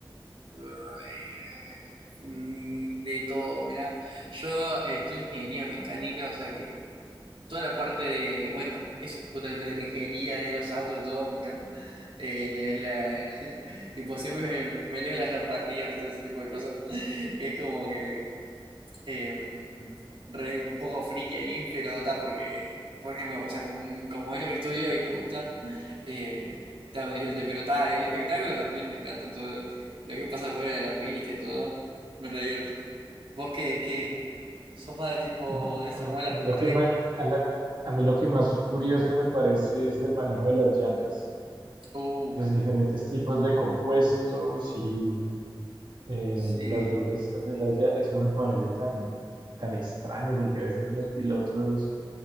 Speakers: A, on the right; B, on the right.
A: eh, mm, de todo, mira, yo estoy en ingeniería mecánica, o sea que... toda la parte de, bueno, eso, justamente de la ingeniería, de los autos, de todo, me encanta. Eh, la- la- <laughs> tipo, siempre me, me leo las normativas y todo ese tipo de cosas. <laughs> Es como que eh, re un poco friki ahí, pero está porque, porque me- o sea, como, como es lo que estudio y me gusta, <laughs> eh, está, me divierte. Pero está, el espectáculo también me encanta, todo lo que pasa fuera de la pista y todo, me re divierte. ¿Vos qué, qué? ¿Sos más de tipo
B: A mí,
A: eso,
B: a mí-
A: como es
B: a
A: la
B: mí lo
A: parte
B: que
A: mecánica?
B: ma- a la- a mí lo que más curioso me parece es el manejo de las llantas,
A: Uh.
B: los diferentes tipos de compuestos y eh,
A: Sí,
B: las durezas de las llantas. Eso me parece tan, tan extraño porque a veces unos pilotos